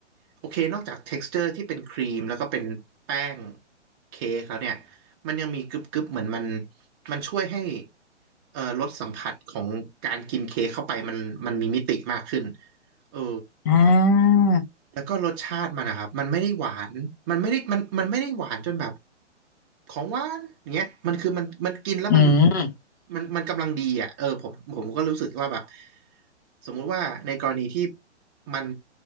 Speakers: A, on the right (about 20°); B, on the left (about 15°).
A: โอเคนอกจาก texture ที่เป็นครีมแล้วก็เป็นแป้งเค้กแล้วเนี่ยมันยังมีกรึบกรึบเหมือนมันมันช่วยให้เอ่อรสสัมผัสของการกินเค้กเข้าไปมันมันมีมิติมากขึ้นเออ
B: อ่า
A: แล้วก็รสชาติมันนะครับมันไม่ได้หวานมันไม่ได้มันมันไม่ได้หวานจนแบบของหวานอย่างเงี้ยมันคือมันมันกินแล้วมัน
B: อืม
A: มันมันกำลังดีอ่ะเออผมผมก็รู้สึกว่าแบบสมมุติว่าในกรณีที่มัน